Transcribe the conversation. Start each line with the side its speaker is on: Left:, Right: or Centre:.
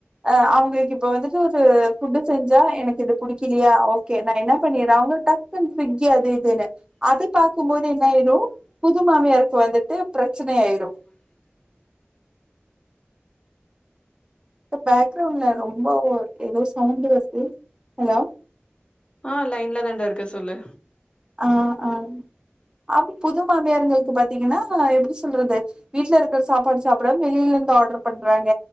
Right: அ அவங்களுக்கு இப்ப வந்துட்டு ஒரு ஃபுட்டு செஞ்சா எனக்கு இது புடிக்கலையா ஓகே நா என்ன பண்ணிர்றே அவங்க டக்குன்னு ஃபிக் அது இதுனு அது பாக்குபோது என்னாயிரு புது மாமியாருக்கு வந்துட்டு பிரச்சனயாயிரு பேக் கிரவுண்ட்ல ரொம்ப ஓ ஏதோ சவுண்ட் வருது ஹலோ
Left: ஆ லைன்ல தாண்டா இருக்கேன் சொல்லு
Right: ஆ ஆ அப்டி புது மாமியார்ங்களுக்கு பாத்தீங்கன்னா எப்டி சொல்றது வீட்ல இருக்கிற சாப்பாடு சாப்டாம வெளிலருந்து ஆர்டர் பண்றாங்க